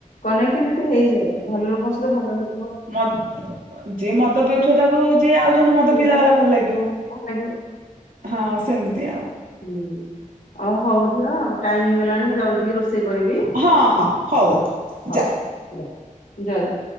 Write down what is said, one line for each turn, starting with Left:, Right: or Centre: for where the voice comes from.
Left: କନେକ୍ଟିଭିଟି ହେଇଯାଏ ଭଲ ଲୋକଙ୍କ ସହିତ ଭଲଲୋକ
Right: ମଦ୍‌ ଯିଏ ମଦ ପିଉଥିବ ତାକୁ ଯେ ଆଉ ଜଣେ ମଦ
Left: ସେଇ
Right: ପିଲା
Left: ସାଙ୍ଗ
Right: ବାଲା ଭଲ
Left: ଲାଗେ
Right: ଲାଗିବ
Left: ଭଲ ଲାଗିବ
Right: ହଁ ସେମିତି ଆଉ
Left: ହୁଁ ଓ ହଉ ଝୀଅ ଟାଇମ ହେଇଗଲାଣି ମୁଁ ଯାଉଛି ଟିକେ ରୋଷେଇ କରିବି।
Right: ହଁ ହଁ ହଉ
Left: ହଁ
Right: ଅପା
Left: ହ
Right: ଯା।
Left: ଜୟଗୁରୁ।